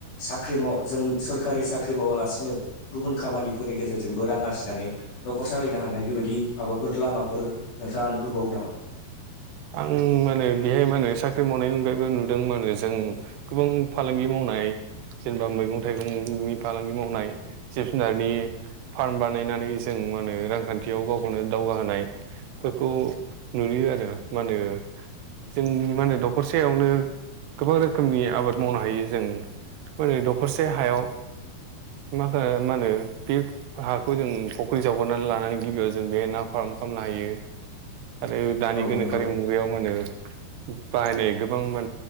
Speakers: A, on the left (about 85°); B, on the right (about 80°).
A: साख्रि माव जों सरखारि साख्रि मावालासे गुबुन खामानिफोरनि गेजेरजोंबो रां आरजिनानै न'खर सालायनो हानाय बेबायदि माबाफोर लामाफोर नोंथाङा नुहुरबावो नामा
B: आं माने बेहाय माो साख्रि मावनायनि अनगायैबो नुदों माने जों गोबां फालांगि मावनाय मावनाय जेनेबा मैगं थाइगंनि फालांगि मावनाय जिब जुनारनि फार्म बानायनानै जों मा होनो रांखान्थियाव गावखौनो दावगाहोनाय फोरखौ नुयो आरो मा होनो जोंनि माने होनो दखरसेायावनो गोबां रोखोमनि आबाद मावनो हायो जों माने दखरसे हायाव मा मा होनो बे हाखौ जों फखिरि फख्रि जावग्रनानै लानानै गिबियाव जों बे ना फार्म खालामनो हायो
A: <inaudible>
B: आरो दानि
A: औ
B: गोनोखोरि
A: नंगौ
B: मुगायाव माने होनो बाहायनाय गोबां मा